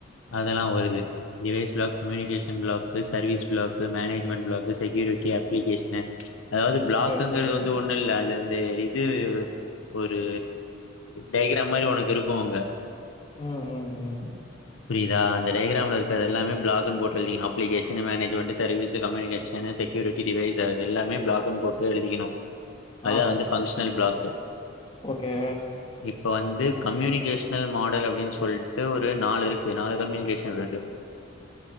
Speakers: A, on the left; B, on the left.
A: அதெல்லா வருது device block communication block service block management block security அப்ளிகேஷன்னு அதாவது பிளாக்குங்கறது
B: சரி சரி.
A: வந்து ஒன்னு இல்ல அது இந்த இது ஒரு டைக்ராம் மாரி உனக்கு இருக்கோ அங்க
B: உம் உம் உம்
A: புரியுதா அந்த டைகிராம்ல இருக்கற எல்லாமே பிளாகுன்னு போட்டு எழுதிக்கணும் application management service communication security device அது எல்லாமே பிளாக்குன்னு போட்டு எழுதிக்கணு அதான்
B: ஆ
A: வந்து பன்க்ஸ்னல் பிளாக் <inaudible>
B: ஓகே
A: இப்ப வந்து கம்யூனிகேஷனல் மாடல் அப்டின்னு சொல்லிட்டு ஒரு நாலு இரு நாலு கம்யூனிகேஷன் இருக்கு